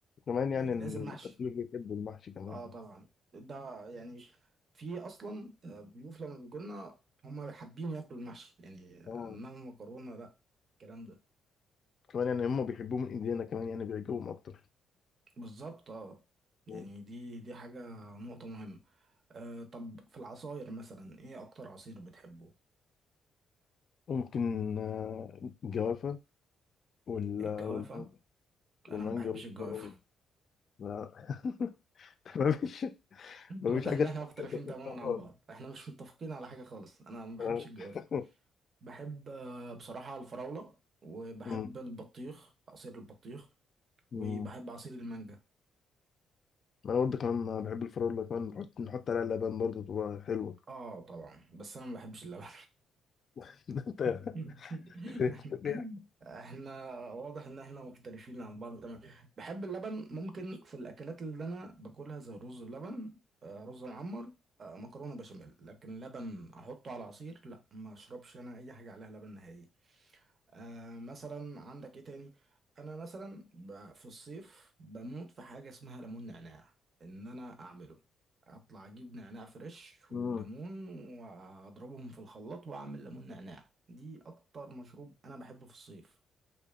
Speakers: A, on the left; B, on the right.
A: كمان
B: يعني
A: يعني
B: لازم
A: إن
B: محشي
A: الأكل بيحبوا المحشي كمان
B: اه طبعا ده يعني في اصلا آه، ضيوف لما بيجوا لنا هم حابين ياكلوا المحشي يعني انما
A: اه
B: المكرونه لا الكلام ده
A: كمان يعني هما بيحبوه من إيدينا كمان يعني بيعجبهم أكتر
B: بالظبط اه يعني
A: مم.
B: دي دي حاجه نقطه مهمه آه طب في العصاير مثلا ايه اكتر عصير بتحبه
A: ممكن آه، الجوافة وال-
B: الجوافه
A: والمانجا والمانجا
B: انا ما بحبش
A: والفراولة
B: الجوافه
A: لا <laughs> تمام
B: <laughs>
A: مفيش
B: واضح
A: حاجة
B: ان احنا
A: <laughs>
B: مختلفين
A: أنت بتحبها
B: تماما
A: خالص
B: عن بعض احنا مش متفقين على حاجه خالص انا ما بحبش
A: آه.
B: الجوافه
A: <laughs>
B: بحب آه، بصراحه الفراوله وبحب
A: أمم،
B: البطيخ عصير البطيخ وبحب
A: أمم.
B: عصير المانجا
A: أنا برضه كمان بحب الفراولة كمان نحط نحط عليها لبن برضه تبقى حلوة
B: اه طبعا بس انا ما بحبش اللبن
A: <laughs> أنت
B: <laughs>
A: أنت فيها.
B: احنا واضح ان احنا مختلفين عن بعض تمام بحب اللبن ممكن في الاكلات اللي انا باكلها زي الرز بلبن آه، رز معمر آه، مكرونه بشاميل لكن لبن احطه على عصير لا ما اشربش انا اي حاجه عليها لبن نهائي آه مثلا عندك ايه تاني انا مثلا ب- في الصيف بموت في حاجه اسمها ليمون نعناع ان انا اعمله اطلع اجيب نعناع فريش وليمون
A: أمم.
B: واضربهم في الخلاط واعمل ليمون نعناع دي اكتر مشروب انا بحبه في الصيف